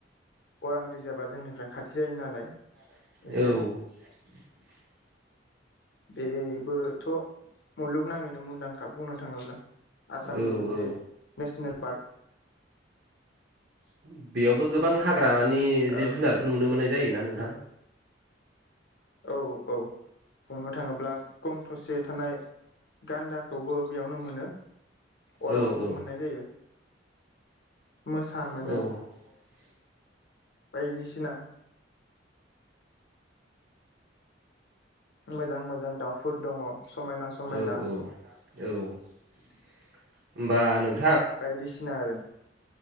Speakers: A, on the left (about 60°); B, on the right (about 55°).
A: अरां रिजार्भा जोंनिफ्राय खाथि जायो नालाय।
B: औ।
A: एसे
B: द
A: बेबोथ' मुलुगनाङैनो मुंदांखा बुंनो थाङोब्ला आसामनि
B: औ
A: मोनसे
B: औ
A: नेसनेल बार
B: <inaudible> बेयावबो गोबां हाग्रानि
A: ओ
B: जिब जुनारफोर नुनो मोननाय जायोना नोंथां
A: औ औ बुंनो थाङोब्ला गं थसे थानाय गान्दाखौबो बेयावनो मोनो अरांङावबो
B: औ औ
A: मोननाय जायो मोसा मोनो
B: औ औ
A: बायदिसिना मोजां मोजां दाउफोर दङ समायना समायना
B: औ औ होमबा नों
A: बायदिसिना आरो